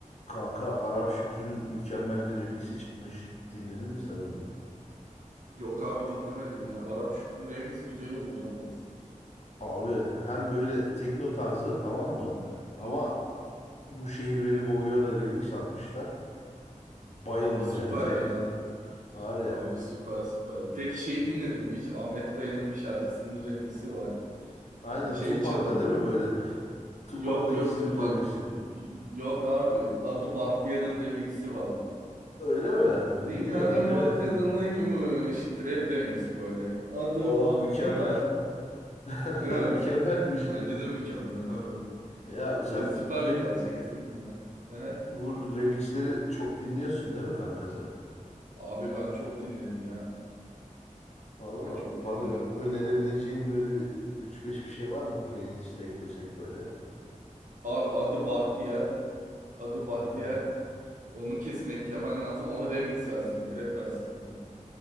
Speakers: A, on the left; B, on the right.
A: Kanka Arap Şükrü'nün mükemmel bir remix'i çıkmış. Dinledin mi sen onu?
B: Yok abi dinlemedim ya. Arap Şükrü remix güzel olur yalnız.
A: Abi hem böyle tekno tarzı tamam mı? Ama
B: Hı?
A: bu şehir beni boğuyor'a remix atmışlar. Bayıldım
B: Abi süper
A: yani sen.
B: ya.
A: Var ya
B: Abi süper süper. Peki şey dinledin mi hiç? Ahmet Kaya'nın bir şarkısının remixi var.
A: aynen
B: Şey
A: Tupac'la
B: çalıyor.
A: değil mi böyle? Tupac'la
B: Yok yok
A: ikisinin
B: Tupak.
A: remix'i.
B: Yok abi. Adı Bahtiyar'ın remixi var.
A: Öyle mi?
B: Diyarın
A: Bilmiyorum dinlemedim.
B: bakırlıymış. Trap remix böyle. Adı
A: Aa
B: Bahtiyar.
A: mükemmel. <laughs>
B: Değil
A: Mükemmelmiş.
B: mi? Bence de mükemmel abi.
A: Ya
B: O
A: sen
B: süper
A: rem
B: bir parça kesin dinleme. Hı hı.
A: bu remixleri çok dinliyorsun değil mi kanka sen?
B: Abi ben çok dinlerim ya.
A: Valla
B: Ben çok
A: bana
B: dinledim.
A: ö- önerebileceğim böyle bir 3-5 bir şey var mı playlist'e eklesek böyle?
B: Abi adı Bahtiyar. Adı Bahtiyar.
A: Aha.
B: Onu kesin eklemen lazım ama remix versiyonu, trap versiyonu.